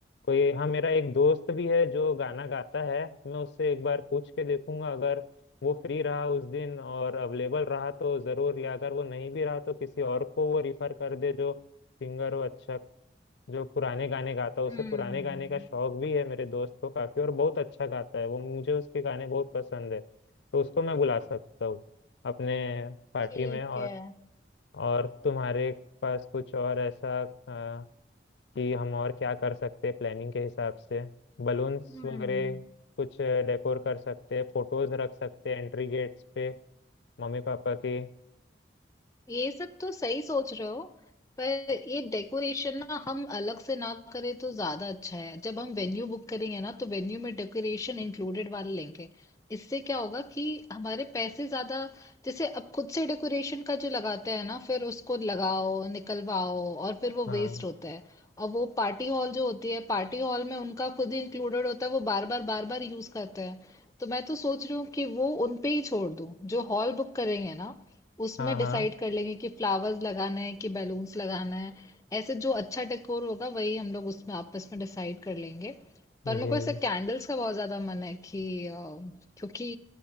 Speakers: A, on the left (about 80°); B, on the left (about 20°).
A: कोई हाँ मेरा एक दोस्त भी है जो गाना गाता है मैं उससे एक बार पूछ के देखूंगा अगर वो फ्री रहा उस दिन और अवेलेबल रहा तो जरूर या अगर वो नहीं भी रहा तो किसी और को वो रिफर कर दे जो सिंगर हो अच्छा जो पुराने गाने गाता है उसे
B: हम्म
A: पुराने गाने का शौक भी है मेरे दोस्त को काफी और बहुत अच्छा गाता है वो मुझे उसके गाने बहुत पसंद है तो उसको मैं बुला सकता हूँ अपने पार्टी
B: ठीक
A: में और
B: है
A: और तुम्हारे पास कुछ और ऐसा अ, कि हम और क्या कर सकते हैं प्लानिंग के हिसाब से बलून्स
B: हम्म
A: वगैरह कुछ डेकोर कर सकते हैं फोटोज रख सकते हैं एंट्री गेट्स पे मम्मी पापा की
B: ये सब तो सही सोच रहे हो पर ये डेकोरेशन ना हम अलग से ना करें तो ज्यादा अच्छा है जब हम वेन्यू बुक करेंगे ना तो वेन्यू में डेकोरेशन इंक्लूडेड वाले लेंगे इससे क्या होगा कि हमारे पैसे ज्यादा जैसे अब खुद से डेकोरेशन का जो लगाते हैं ना फिर उसको लगाओ निकलवाओ और फिर वो
A: हाँ
B: वेस्ट होता है और वो पार्टी हॉल जो होती है पार्टी हॉल में उनका खुद ही इंक्लूडेड होता है वो बार बार बार बार यूज करते हैं तो मैं तो सोच रही हूँ कि वो उनपे ही छोड़ दूँ जो हॉल बुक करेंगे ना उसमें
A: हाँ हाँ
B: डिसाइड कर लेंगे कि फ्लावर्स लगाना है कि बैलून्स लगाना है ऐसे जो अच्छा डेकोर होगा वही हम लोग उसमें आपस में डिसाइड कर लेंगे
A: जी
B: पर मेरे को ऐसे कैंडल्स का बहुत ज्यादा मन है कि अ, क्योंकि